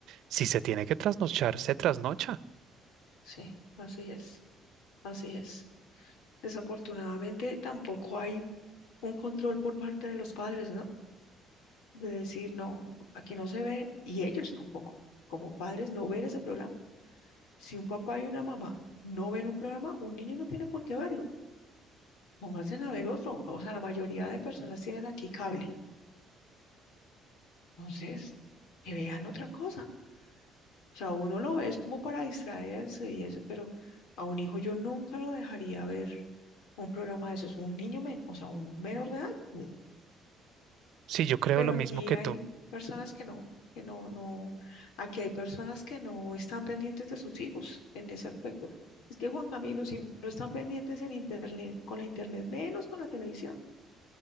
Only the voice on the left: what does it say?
sí, así es, así es. Desafortunadamente tampoco hay un control por parte de los padres, ¿no? De decir, no, aquí no se ve, y ellos tampoco, como padres, no ver ese programa. Si un papá y una mamá no ven un programa, un niño no tiene por qué verlo pónganse a ver otro. O sea, la mayoría de personas tienen aquí cable. Entonces, que vean otra cosa. O sea, uno lo ve es como para distraerse y eso, pero a un hijo yo nunca lo dejaría ver un programa de esos. Un niño, men o sea, un menor de edad. no.
Pero
aquí
hay
personas que no, que no, no. Aquí hay personas que no están pendientes de sus hijos en ese aspecto. Es que Juan Camilo, si no están pendientes en internet, con la internet, menos con la televisión.